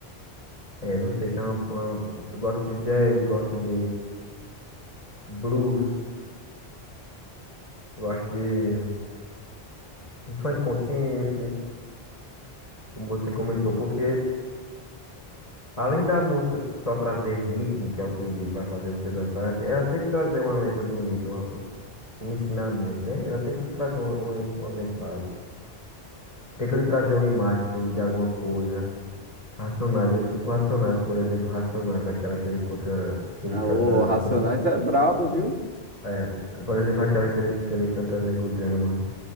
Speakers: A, on the left (about 35°); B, on the right (about 75°).
A: É, não sei, tem uma, uma- eu gosto de jazz, gosto de blues, gosto de um funk consciente, como você comentou, porque Além da música só trazer ritmo, que é o que vai fazer você dançar, ela te- ela tem que trazer uma letra bonita, uma- um ensinamento, né? Ela tem que lhe trazer uma, uma, uma mensagem. Tem que lhe trazer uma imagem do, de alguma coisa. Racionais, eu escuto Racionais, por exemplo, Racionais, aquela que ele conta, que ele
B: ah,
A: canta
B: O Racionais
A: sobre, o-
B: é brabo, viu?
A: é, por exemplo, aquela que ele, que ele canta Negro Drama.